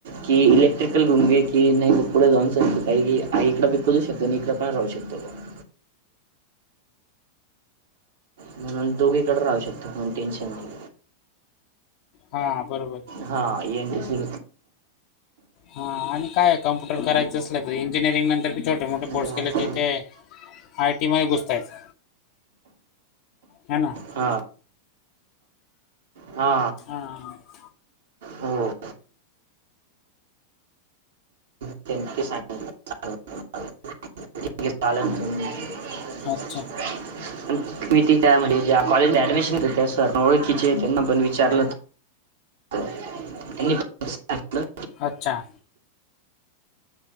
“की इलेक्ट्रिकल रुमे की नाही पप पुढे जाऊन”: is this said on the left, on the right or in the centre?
Right